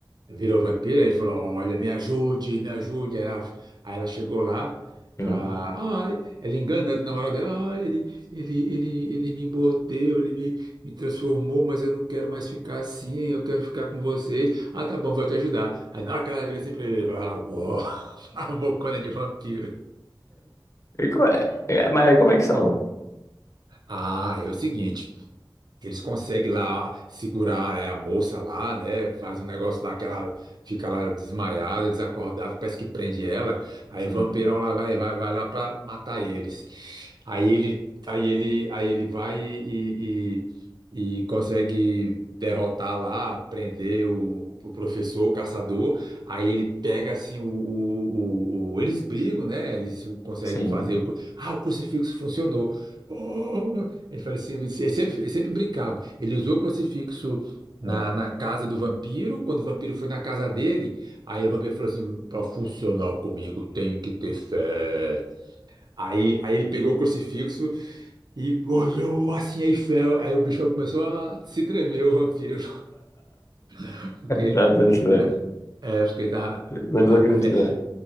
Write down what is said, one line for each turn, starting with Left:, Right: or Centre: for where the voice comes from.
Right: virou vampiro, aí ele falou, olha, me ajude, me ajude. Aí ela, aí ela chegou lá pra.
Left: hum.
Right: Ai, ela engana né, que o namorado dela, ah, ele, ele, ele, ele me mordeu, ele me, me transformou, mas eu não quero mais ficar assim, eu quero ficar com vocês. Ah, tá bom, vou te ajudar. Aí na hora que ela vira assim pra ele, ele, ah, uou, <laughs> a bocona de vampiro.
Left: E como é? é, Mas como é que salva?
Right: Ah, é o seguinte. que Eles conseguem lá segurar é, a moça lá, né? Faz um negócio lá que ela fica lá desmaiada, desacordada, parece que prende ela. Aí
Left: Hum,
Right: o vampirão lá vai, vai, vai lá pra matar eles. Aí ele, aí ele, aí ele vai e, e, e consegue derrotar lá, prender o, o professor, o caçador. Aí ele pega assim o, o, o- o- eles brigam, né? Eles conseguem
Left: Sim.
Right: fazer o, cru- ah, o crucifixo funcionou. Oh, ele falou assim, ele sempre, ele sempre brincava. Ele usou o crucifixo na,
Left: é.
Right: na casa do vampiro. Quando o vampiro foi na casa dele, aí o vampiro falou assim: para funcionar comigo, tem que ter fé. Aí, aí ele pegou o crucifixo e olhou assim, aí fé. Aí o bichão começou a se tremer, o vampiro, <laughs> porque ele,
Left: Tá atenção.
Right: é, é, porque ele tava,
Left: Vocês
Right: tava
Left: vão acreditar.
Right: com fé.